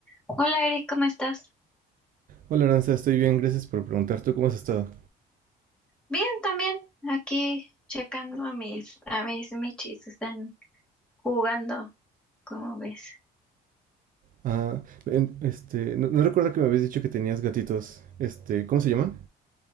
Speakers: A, in the centre; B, on the right (about 55°).
A: Hola Eric, ¿cómo estás?
B: Hola Aranza, estoy bien, gracias por preguntar. ¿Tú cómo has estado?
A: Bien, también aquí checando a mis a mis michis, están jugando, ¿cómo ves?
B: Ah, en- este, no, no recuerdo que me habías dicho que tenías gatitos. Este, ¿cómo se llaman?